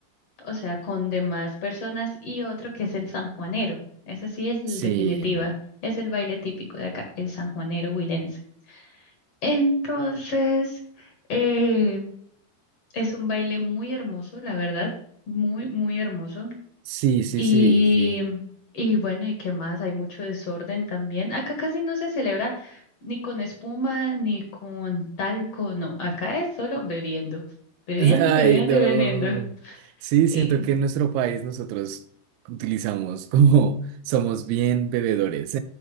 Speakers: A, on the left; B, on the right.
A: o sea, con demás personas y otro que es el sanjuanero. Ese sí es el
B: Sí,
A: definitiva, es el baile típico de acá, el sanjuanero huilense. Entonces, eh, Es un baile muy hermoso, la verdad, muy, muy hermoso.
B: sí, sí,
A: Y,
B: sí, sí.
A: y bueno, ¿y qué más? Hay mucho desorden también. Acá casi no se celebra ni con espuma, ni con talco, no. Acá es solo bebiendo, bebiendo
B: Ay,
A: y bebiendo
B: no.
A: y bebiendo. <laughs>
B: Sí,
A: Y-
B: siento que en nuestro país nosotros utilizamos como <laughs> somos bien bebedores.